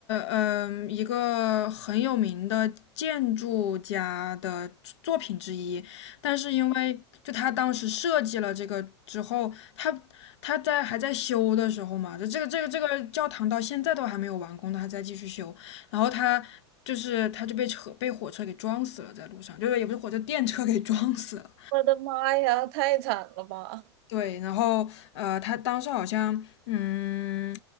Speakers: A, on the left (about 75°); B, on the right (about 60°).
A: 嗯、一个很有名的建筑家的作品之一，但是因为就他当时设计了这个之后，他他在还在修的时候嘛，这这个这个这个教堂到现在都还没有完工，他还在继续修，然后他就是他就被车被火车给撞死了，在路上，就是也不是火车电车给撞死了。
B: 我的妈呀，太惨了吧！
A: 对，然后呃，他当时好像嗯，